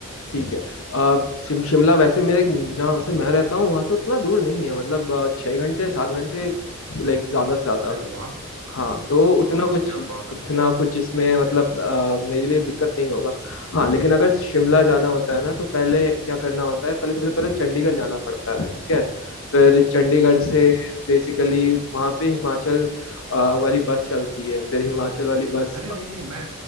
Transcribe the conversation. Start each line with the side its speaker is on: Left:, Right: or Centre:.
Left: ठीक है अ, शिम शिमला वैसे मेरे जहाँ से मैं रहता हूँ वहाँ से उतना दूर नहीं है मतलब अ, छः घंटे सात घंटे लाइक ज़्यादा से ज़्यादा
Right: अरे वाह
Left: हाँ तो उतना
Right: वाह वाह
Left: कुछ
Right: क्या बात है
Left: उतना कुछ इसमें मतलब अ, मेरे लिए दिक्कत नहीं होगा हाँ लेकिन अगर शिमला जाना होता है ना तो पहले क्या करना होता है पहले सबसे पहले चंडीगढ़ जाना पड़ता है ठीक है फिर चंडीगढ़
Right: तो
Left: से बेसिकली वहाँ पे हिमाचल अ, वाली बस चलती है फिर हिमाचल वाली बस
Right: अरे नहीं नहीं मैं